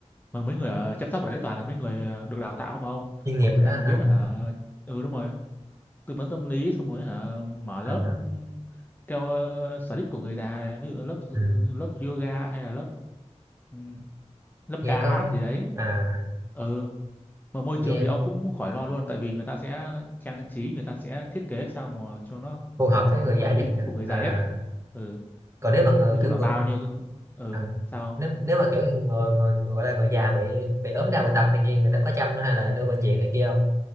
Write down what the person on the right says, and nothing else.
chuyên nghiệp
đó
hả
à,
ừ.
nghe
có
à
nghe
phù hợp
với người
già
nhất nhỉ
à
còn nếu mà người
kiểu người
à,
nếu nếu mà kiểu người, người gọi là người già bị bị ốm đau bệnh tật này kia người ta có chăm hay là đưa bệnh viện này kia không